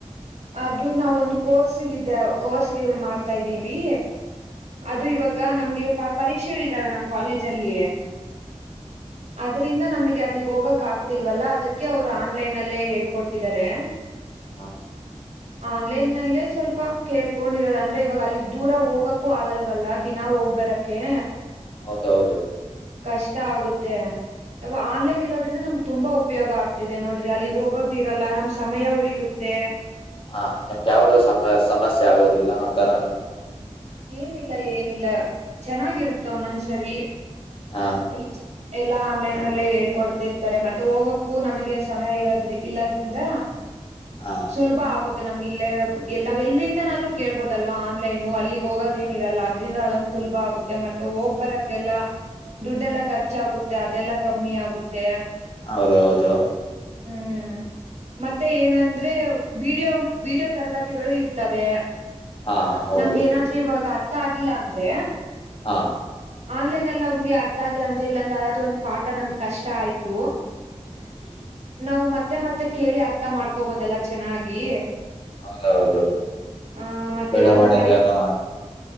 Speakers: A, on the right (about 70°); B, on the left (about 50°).
A: ಅದು ನಾವ್ ಒಂದು ಕೋರ್ಸ್ಗ ಇಡೆ ಕೋರ್ಸ್ಗೆ ಮಾಡ್ತಾದೀವಿ. ಅದು ಇವಾಗ್ ಗ ನಮ್ಗೆ ಪ ಪರೀಕ್ಷೆ ಇದ್ದಾವೆ ನಮ್ ಕಾಲೇಜ್ ಅಲ್ಲಿ. ಅ ಅದ್ರಿಂದ ನಮಿಗೆ ಅಲ್ಲಿಗ್ ಹೋಗಕ್ ಆಗ್ತಿಲ್ವಲ್ಲ ಅದಕ್ಕೆ ಅವ್ರು ಆನ್ಲೈನ್ ಅಲ್ಲೇ ಹೇಳ್ಕೊಡ್ತಿದ್ದಾರೆ.
B: ಹಾ
A: ಆನ್ಲೈನ್ಲ್ಲೇ ಸ್ವಲ್ಪ ಕೇಳ್ಕೊಂಡಿರೋದ್ ಅಂದ್ರೆ ಇವಾಗ್ ಅಲ್ಲಿ ದೂರ ಹೋಗಕ್ಕೂ ಆಗಲ್ವಲ್ಲ ದಿನ ಹೋಗ್ ಬರಕೆ.
B: ಹೌದೌದು.
A: ಕಷ್ಟ ಆಗುತ್ತೆ ನಾವ್ ಆನ್ಲೈನ್ ಇರೋದ್ರಿಂದ ನಮ್ಗ್ ತುಂಬಾ ಉಪ್ಯೋಗ ಆಗ್ತಿದೆ ನೋಡ್ರಿ ಅಲ್ಲಿಗ್ ಹೋಗೋದಿ ಇರಲ್ಲ ನಮ್ ಸಮಯ ಉಳಿಯುತ್ತೆ.
B: ಹಾ ನಿಮ್ದ ಯಾವುದೋ ಸಮ ಸಮಸ್ಯೆ ಯಾವುದು ಇಲ್ಲ ಆ ತರ ಏನು.
A: ಏನಿಲ್ಲ ಏನಿಲ್ಲ ಚೆನ್ನಾಗಿರುತ್ತೆ ಒನ್ನೊಂದ್ ಸಾರಿ.
B: ಹ
A: ಎಲ್ಚ್ ಎಲ್ಲಾ ಆನ್ಲೈನ್ಲ್ಲೇ ಹೇಳ್ಕೊಡ್ತಿರ್ತಾರೆ ಮತ್ತೆ ಹೋಗಕ್ಕೂ ನಮಿಗೆ ಸಮಯ ಇರೋದ್ ಇಲ್ಲದ್ರಿಂದ
B: ಹ
A: ಸುಳ್ಭ ಆಗುತ್ ತ ನಮ್ಗ ಇಲ್ಲೆ ನಾವ್ ಎಲ್ಲಿಂದನಾದ್ರು ಕೇಳ್ಬೋದಲ್ವಾ ಆನ್ಲೈನು ಅಲ್ಲಿ ಗೋಗೋದ್ ಏನ ಇರಲ್ಲ ಅದ್ರಿಂದ ಅದೊಂದು ಸುಲ್ಭ ಆಗುತ್ತೆ ಮತ್ತೆ ಹೋಗ್ ಬರಕ್ಕೆಲ್ಲ ದುಡ್ಡೆ ಎಲ್ಲಾ ಖರ್ಚಾಗುತ್ತೆ ಅದೆಲ್ಲಾ ಕಮ್ಮಿ ಆಗುತ್ತೆ.
B: ಹೌದು ಹೌದು.
A: ಹ್ಮ್ ಮತ್ತೆ ಏನಂದ್ರೆ ವಿಡಿಯೋ ವಿಡಿಯೋ ತರ್ಗತಿಗಳು ಇರ್ತವೆ.
B: ಹಾ ಹೌದು.
A: ನಮ್ಗೆ ಏನಾದ್ರು ಇವಾಗ ಅರ್ಥ ಆಗಿಲ್ಲ ಅಂದ್ರೆ.
B: ಹಾ
A: ಆನ್ಲೈನ್ ಅಲ್ ನವ್ಗೆ ಅರ್ಥ ಆಗಿಲ್ಲ ಅಂದ್ರೆ ಇಲ್ಲಾಂದ್ರೆ ಯಾವಾದ್ರರು ಒಂದ್ ಪಾಠ ನಮಗ್ ಕಷ್ಟ ಆಯ್ತು.
B: ಹ್ಮ್
A: ನಾವು ಮತ್ತೆ ಮತ್ತೆ ಕೇಳಿ ಅರ್ಥ ಮಾಡ್ಕೊಬೋದಲ್ಲ ಚೆನ್ನಾಗಿ
B: ಹೌದೌದು
A: ಆ ಮತ್ತೆ
B: ಬೆಳವಣಿಗೆನೋ
A: ಏನಾದ್ರು ಪರಿ